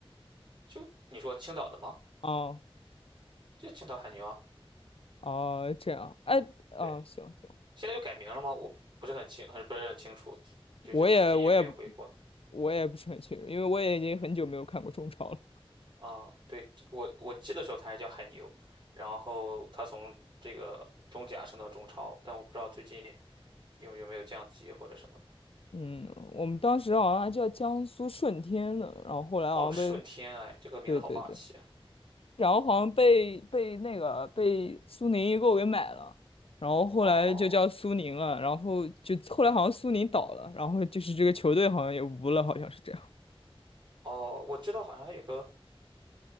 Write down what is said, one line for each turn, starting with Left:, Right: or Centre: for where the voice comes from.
Right: 就你说青岛的吗？
Left: 哦
Right: 就青岛海牛啊。
Left: 哦，这样，哎，哦，
Right: 对，
Left: 行行，
Right: 现在又改名了吗？我不是很清，很不是很清楚，就就是最近也没有回国。
Left: 我也我也我也不是很清楚，因为我也已经很久没有看过中超了。
Right: 啊，对，我我记得时候他还叫海牛，然后他从这个中甲升到中超，但我不知道最近有有没有降级或者什么的。
Left: 嗯，我们当时好像还叫江苏舜天呢，然后后来好像被，
Right: 哦，顺天，哎，这个名字好霸气啊！
Left: 对对对，然后好像被被那个被苏宁易购给买了，然后后来就叫苏宁了，
Right: 哦
Left: 然后就后来好像苏宁倒了，然后就是这个球队好像也无了，好像是这样。
Right: 哦，我知道，好像还有个